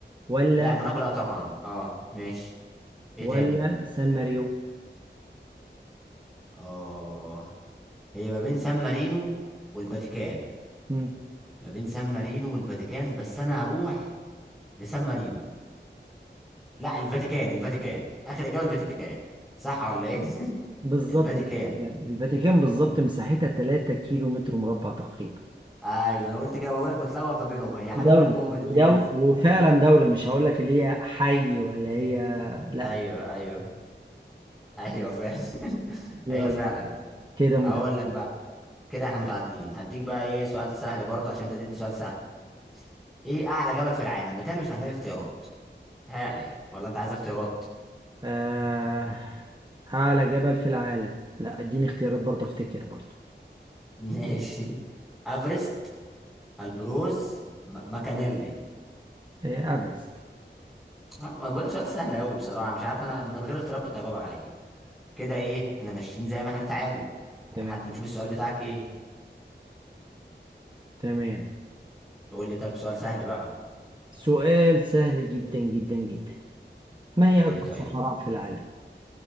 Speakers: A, on the right; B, in the centre.
A: ولا
B: لا موناكو لا طبعا أه ماشي إيه
A: ولا
B: تاني
A: سان ماريو
B: أه هي ما بين سان مارينو والفاتيكان
A: مم.
B: ما بين سان مارينو والفاتيكان بس أنا هروح لسان مارينو لا الفاتيكان الفاتيكان اخر اجابه الفاتيكان صح ولا ايه <laughs>
A: بالظبط
B: الفاتيكان
A: الفاتيكان الفاتيكان بالظبط مساحتها 3 كيلو متر مربع تقريبا
B: ايوه انا قلت كده ما بقولك متلخبط ما بينهم هي حاجه
A: دولة
B: منهم هم الاثنين
A: ودولة
B: بس
A: وفعلا دولة مش هقول لك اللي هي حي ولا هي لا
B: ايوه ايوه ايوه فعلا <laughs>
A: يلا
B: هي فعلا
A: كده متكامل
B: هقول لك بقى كده احنا متعادلين هديك بقى ايه سؤال سهل برضه عشان انت اديتني سؤال سهل ايه اعلى جبل في العالم بالتالي مش محتاج اختيارات بيتهيألي يعني ولا انت عايز اختيارات
A: آه، أعلى جبل في العالم لا اديني اختيارات برضه أفتكر برضه
B: <laughs> ماشي افرست البروز م- ماكانيلي
A: آه، أفرست
B: اه ما بقولك سؤال سهل قوي بصراحه مش عارف انا من غير اختيارات كنت هجاوب عليه كده ايه احنا ماشيين زي ما احنا تعادل
A: تمام
B: لحد ما نشوف السؤال بتاعك ايه
A: تمام
B: قول لي طب سؤال سهل بقى
A: سؤال سهل جدا جدا جدا ما هي
B: ايه
A: أكبر
B: طيب
A: صحراء في العالم؟